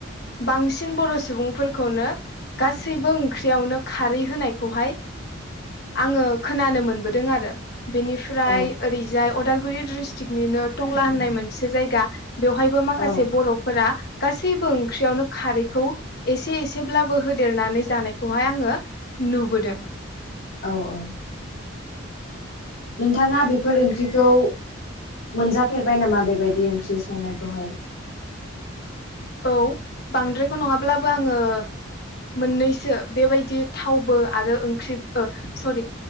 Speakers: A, on the left; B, on the left.
A: बांसिन बर' सुबुंफोरखौनो गासैबो ओंख्रियावनो खारै होनायखौहाय आङो खोनानो मोनबोदों आरो बेनिफ्राय
B: औ
A: ओरैजाय अदालगुरि द्रिस्ट थिकनिनो टंला होननाय मोनसे जायगा बेवहायबो माखासे
B: औ
A: बर'फोरा गासैबो ओंख्रियावनो खारैखौ एसे एसेब्लाबो होदेरनानै जानाय खौहाय आङो नुबोदों।
B: औ औ नोंथाङा बेफोर ओंख्रिखौ मोनजाफेरबाय नामा बेबायदि ओंख्रि संनायखौहाय
A: औ बांद्रायखौ नङाब्लाबो आङो मोननैसो बेबायदि थावबो आरो ओंख्रि ओ सरि